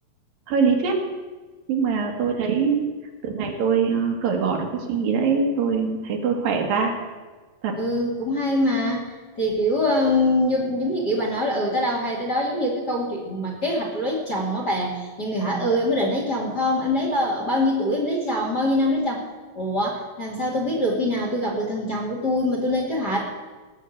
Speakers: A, on the right (about 70°); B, on the left (about 30°).
A: hơi lý thuyết nhưng mà tôi thấy từ ngày tôi ờ, cởi bỏ được cái suy nghĩ đấy tôi thấy tôi khỏe ra thật
B: ừ cũng hay mà thì kiểu um, giống, giống như kiểu bà nói là ừ tới đâu hay tới đó giống như cái câu chuyện mà kế hoạch lấy chồng á bà nhiều người hỏi ừ em có định lấy chồng không em lấy bao bao nhiêu tuổi em lấy chồng bao nhiêu năm lấy chồng ủa làm sao tôi biết được khi nào tôi gặp được thằng chồng của tôi mà tôi lên kế hoạch